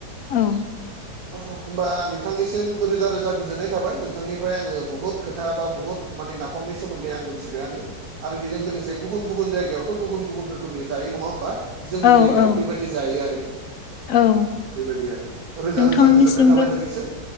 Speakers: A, on the left; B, on the right.
A: औ।
B: होमबा नोंथांनिसिम रोजा रोजा गोजोननाय थाबाय नोंथांनिफ्राय आंङो बुहुत खोथा बा बुहुत माने नाफामनि सोमोन्दै आं मिथिबायानो। आरो बेजों लोगोसे गुबुन गुबुन जायगायावथ' गुबुन गुबुन रोखोमनि जायो नङा होमबा जोंनि
A: औ
B: जायगायाव
A: औ
B: बेबायदि जायो आरोखि
A: औ
B: बेबायदि आरो रोजा
A: नोंथांनिसिमबो
B: रोजा गोजोननाय थाबाय नोंनिसिम।